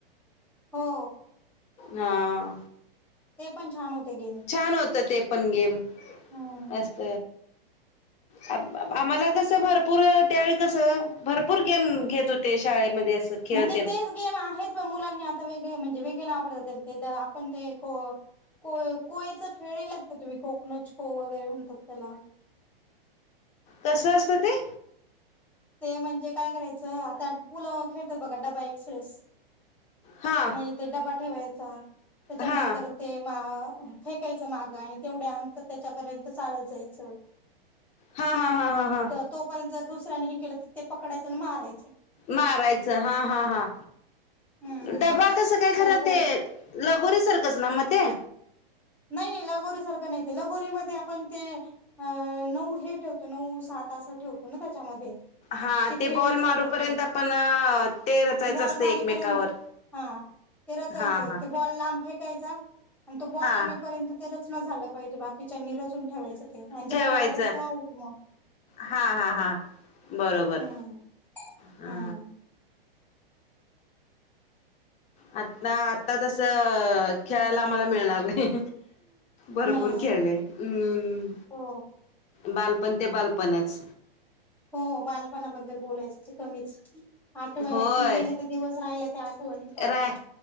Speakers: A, in the centre; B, on the left.
A: हो.
B: हां.
A: ते पण छान होते गेम.
B: छान होत ते पण गेम
A: हम्म
B: मस्त. आम-आम्हाला कसं भरपूर, त्यावेळी कसं भरपूर गेम घेत होते शाळेमध्ये असं. खेळते
A: म्हणजे तेच गेम आहेत, पण मुलांनी आता वेगळे, म्हणजे वेगळे नाव पडता ते, आपण ते को कोय-कोयीच खेळलेले का तुम्ही? कोकनच को वगैरे म्हणतात त्याला.
B: कसं असतं ते?
A: ते म्हणजे काय करायचं? आता पुलाव खेळत बघा डबा एक्सप्रेस
B: हा
A: म्हणजे ते डबा ठेवायचा, त्याच्यानंतर
B: हा
A: ते मा अ फेकायचं मागं आणि तेवढ्या आंतर त्याच्यापर्यंत चालत जायचं.
B: हा हा हा हा हा.
A: तोपर्यंत दुसऱ्यानी हे केलं तर.. ते पकडायचं अन मारायचं.
B: मारायचं हा हा हा...
A: हम्म
B: डबा कसं काय... खरं
A: त्याला पो
B: ते लगोरी सारखंच ना मग ते?
A: नाही नाही... लगोरी सारखं नाही ते.... लगोरीमध्ये आपण ते अ... नऊ हे ठेवतो.. नऊ सात असं ठेवतो ना त्याच्यामध्ये
B: हा
A: चिपरी
B: ते बॉल
A: वगैरे
B: मारूपर्यंत...
A: ठेवतो
B: आपण... ते रचायचं
A: बॉल
B: असतं
A: मारेपर्यंत
B: एकमेकावर
A: हा ते रचायचं...
B: हा हा
A: ते बॉल लांब फेकायचा आणि तो बॉल
B: हा
A: आणेपर्यंत पर्यंत ते रचनं झालं पाहिजे... बाकीच्यांनी रचून ठेवायचं. ते आणि ज्याला
B: ठेवायचं...
A: लागल तो आऊट मग
B: हा हा हा बरोबर
A: हम्म
B: हा.
A: हम्म
B: आता... आता तसं... खेळायला आम्हाला मिळणार नाही. भरपूर
A: नाही
B: खेळले... हम्म...
A: हो
B: बालपण ते बालपणच!
A: हो... बालपणाबद्दल बोलायचं ते कमीच. आठवण...
B: होय
A: गेले ते दिवस, राहिल्या त्या आठवणी! फक्त
B: राय...